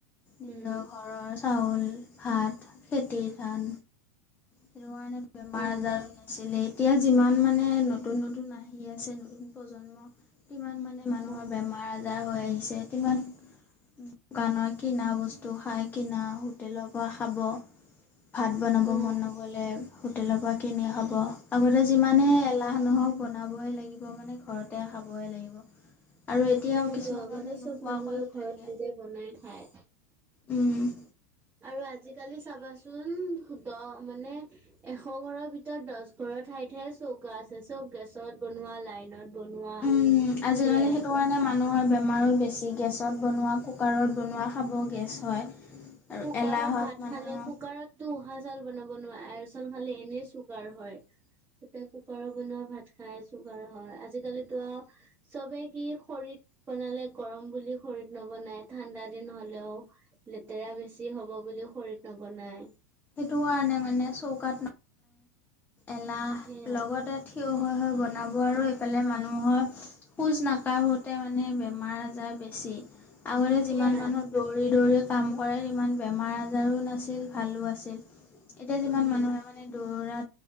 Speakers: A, on the left (about 20°); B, on the right (about 20°).
A: নিজৰ
B: উম,
A: <inaudible> ঘৰৰ চাউল ভাত খেতি ধান <unintelligible> সেইটো কাৰণে বেমাৰ
B: অ',
A: আজাৰো নাছিলে এতিয়া যিমান মানে নত নতুন নতুন আহি আছে নতুন প্ৰজন্ম কিমান মানে মানুহৰ
B: অ'।
A: বেমাৰ আজাৰ হৈ আহিছে কিমান দোকানৰ কি না বস্তু খাই কিনা হোটেলৰ পৰা খাব ভাত বনাব
B: উম,
A: মন নগ'লে হোটেলৰ পৰা কিনি খাব আগতে যিমানে এলাহ নহওক বনাবই লাগিব মানে ঘৰতে খাবই লাগিব। আৰু এতিয়াও
B: সেইটো
A: কিছুমান
B: আগতে
A: মানুহে নোখোৱাকৈও
B: চব মানুহে ঘৰত
A: থাকে।
B: নিজে বনাই খায়।
A: উম।
B: আৰু আজিকালি চাবাচোন। দহ মানে এশ ঘৰৰ ভিতৰত দহ ঘৰৰ ঠাই ঠায়ে চৌকা আছে চব গেছত বনোৱা লাইনত বনোৱা।
A: উম আজিকালি
B: সেইয়াই
A: সেইটো
B: পাবা।
A: কাৰণে মানুহৰ বে আমাৰো বেছি গেছত বনোৱা কুকাৰত বনোৱা খাব গেছ হয় আৰু
B: কুকাৰত
A: এলাহত
B: ভাত
A: মানুহৰ
B: খালে কুকাৰতো উহা চাউ বনাব নোৱাৰ আচাল খালে এনে চগাৰ হয়। তাতে কুকাৰৰ বনোৱা ভাত খাই চুগাৰ হয় আজিকালিতো আৰু চবে কি খৰিত বনালে গৰম বুলি খৰিত নবনাই ঠাণ্ডা দিন হলেও তেৰা বেছি হ'ব বুলিও খৰিত নবনায়
A: সেইটো কাৰণে মানে চৌকাত ন এলাহ
B: সেয়াই
A: লগতে থিয় হৈ হৈ বনাব আৰু এইফালে মানুহৰ খোজ নাকাঢ়োঁতে মানে বেমাৰ আজাৰ বেছি আগতে
B: সেয়াই
A: যিমান মানুহ দৌৰি - দৌৰি কাম কৰে সিমান বেমাৰ আজাৰো নাছিল ভালো আছিল। এতিয়া যিমান
B: উম
A: মানুহে মানে দৌৰা